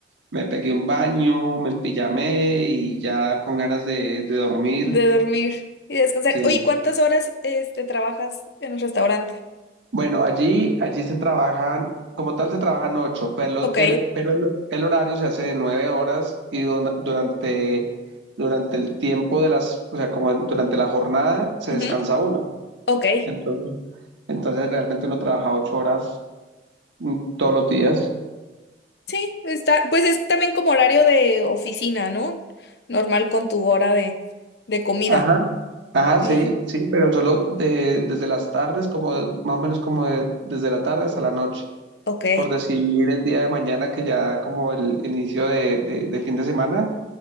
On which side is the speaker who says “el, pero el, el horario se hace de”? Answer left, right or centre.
Right